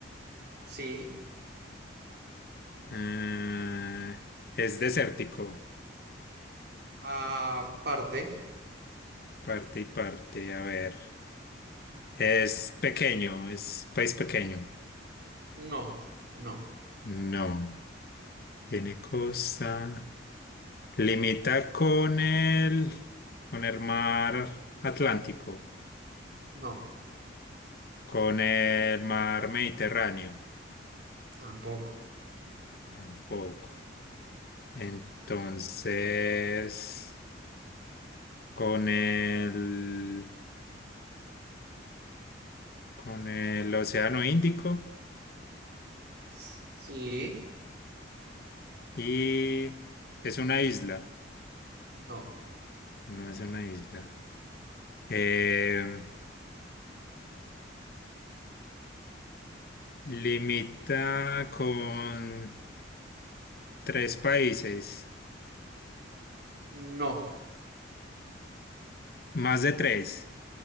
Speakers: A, on the right (about 55°); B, on the left (about 50°).
A: sí.
B: mm, es desértico,
A: Aparte,
B: parte y parte. A ver, es pequeño, es país pequeño.
A: no, no,
B: No. Tiene costa. Limita con el, con el mar Atlántico,
A: no,
B: con el mar Mediterráneo,
A: tampoco.
B: tampoco. Entonces, con el, con el Océano Índico
A: S- Sí,
B: y es una isla,
A: no,
B: no es una isla. Eh, limita con tres países,
A: no,
B: más de tres.